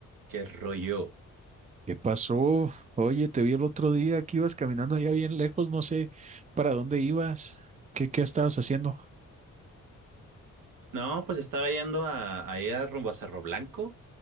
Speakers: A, on the right; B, on the right.
A: ¿Qué rollo?
B: ¿Qué pasó? Oye, te vi el otro día que ibas caminando allá bien lejos, no sé para dónde ibas. ¿Qué, qué estabas haciendo?
A: No, pues estaba yendo a, a ir a rumbo a Cerro Blanco